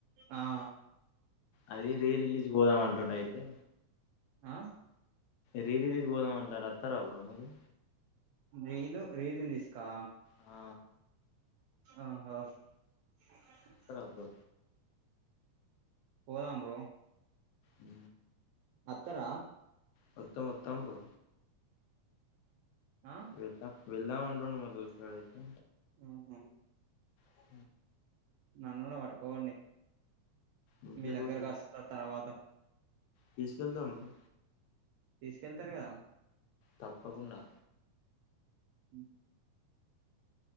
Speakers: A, on the right (about 80°); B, on the left (about 80°).
A: ఆ ఆ
B: అది రీ రిలీజ్ పోదాం అంటుండు అయితే
A: ఆ
B: రీ రిలీజ్ పోదామ అంటారు వస్తారా బ్రో మీరు
A: రీలు రీ రిలీజ్ కా
B: ఆ
A: ఆహా అ
B: వత్తారా బ్రో
A: పోదాం బ్రో
B: ఉ
A: అత్తర
B: వత్త వత్తాం బ్రో
A: ఆ
B: వెళ్తా వెళ్దాం అంటుండు మా దోస్త్ గాడు అయితే
A: ఆహ
B: ఆ
A: నన్ను కూడా పట్టుకోవండి
B: మీకే
A: మీ దగ్గరకు
B: బ్రో
A: వస్త తర్వాత
B: తీసుకువెళ్దాం బ్రో
A: తీసుకెళ్తారు కదా
B: తప్పకుండా
A: ఉ